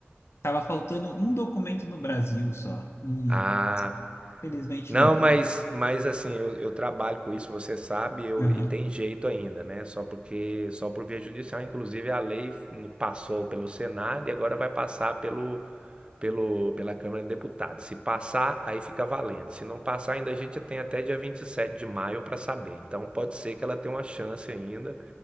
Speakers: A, on the left; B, on the right.
A: estava faltando um documento no Brasil só, e
B: Ah,
A: felizmente
B: não,
A: não deu.
B: mas, mas assim, eu, eu trabalho com isso, você sabe, eu,
A: Aham.
B: e tem jeito ainda, né? Só porque, só por via judicial, inclusive a lei passou pelo Senado e agora vai passar pelo, pelo pela Câmara de Deputados. Se passar, aí fica valendo. Se não passar, ainda a gente tem até dia 27 de maio para saber. Então pode ser que ela tenha uma chance ainda,